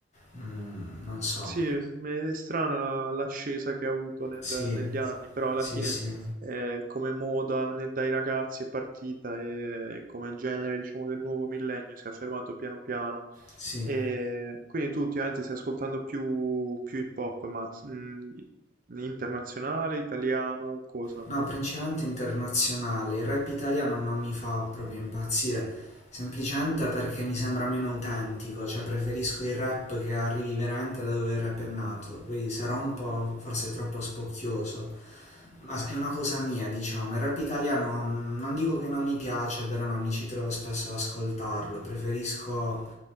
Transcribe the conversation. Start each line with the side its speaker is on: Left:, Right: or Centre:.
Left: mm, non so.
Right: Sì, è è strana la- l'ascesa che ha avuto nel-
Left: Sì,
Right: negli anni, però alla
Left: sì,
Right: fine
Left: sì,
Right: eh, come moda ne- dai ragazzi è partita e come genere, diciamo, del nuovo millennio si è affermato piano piano.
Left: sì.
Right: E quindi tu ultimamente stai ascoltando più, più hip hop, ma mh, internazionale, italiano, cosa?
Left: No, principalmente internazionale. Il rap italiano non mi fa proprio impazzire, semplicemente perché mi sembra meno autentico, cioè preferisco il rap che arrivi veramente da dove il rap è nato. Poi sarò un po' forse troppo spocchioso, ma è una cosa mia, diciamo. Il rap italiano mm, non dico che non mi piace, però non mi ci trovo spesso ad ascoltarlo. Preferisco